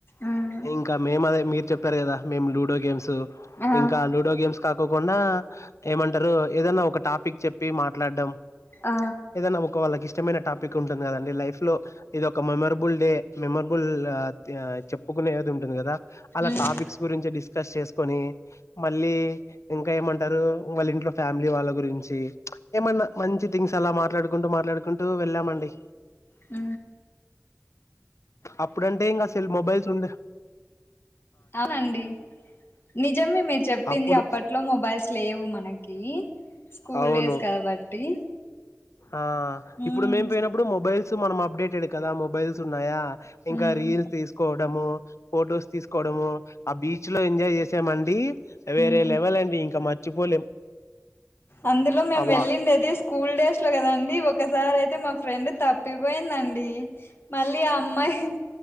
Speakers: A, on the left; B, on the left.
A: ఉమ్
B: ఇంకా మేము అదే మీరు చెప్పారు కదా మేము లూడో గేమ్స్
A: ఆ
B: ఇంకా లూడో గేమ్స్ కా తకుండా ఏమంటారు ఏదనా ఒక టాపిక్ చెప్పి మాట్లాడడం
A: ఆ
B: ఏదనా ఒక వల్ల ఇష్టం ఇష్టమైన టాపిక్ ఉంటుంది కదండి లైఫ్ లో ఇది ఒక మెమొరబుల్ డే మెమరబుల్ చెప్పుకునే ఏది ఉంటుంది కదా అలా
A: ఉమ్
B: టాపిక్స్ గురించి డిస్కస్ చేసుకొని మళ్ళీ ఇంకా ఏమంటారు వాళ్ళ ఇంట్లో ఫ్యామిలీ వాళ్ళ గురించి ప్చ్ ఏమన్నా మంచి థింగ్స్ అలా మాట్లాడుకుంటూ మాట్లాడుకుంటూ వెళ్ళామండి
A: ఊ
B: అప్పుడంటే ఇంగసలు మొబైల్స్ ఉండ
A: అవునండి నిజేమే మీరు చెప్పింది
B: అప్పుడు
A: అప్పట్లో మొబైల్స్ లేవు మనకి కీ స్కూల్
B: అవును
A: డేస్ కాబట్టి
B: ఆ
A: ఉమ్
B: ఇప్పుడు మేము పోయినప్పుడు మొబైల్స్ మనం అప్డేటెడ్ కదా మొబైల్స్ ఉన్నాయా ఇంకా
A: ఉమ్
B: రీల్స్ తీసుకో డము ఫొటోస్ తీసుకోవడము ఆ బీచ్ లో ఎంజాయ్ చేసామండి వేరే
A: ఉమ్
B: లెవలండి ఇంకా మర్చిపోలేం
A: అందులో మేము
B: అవా
A: వెళ్లిందయితే స్కూల్ డేస్ లో కదండి ఒకసారి అయితే మాక్ ఫ్రెండ్ తప్పిపోయిందండి మళ్ళీ ఆ అమ్మాయి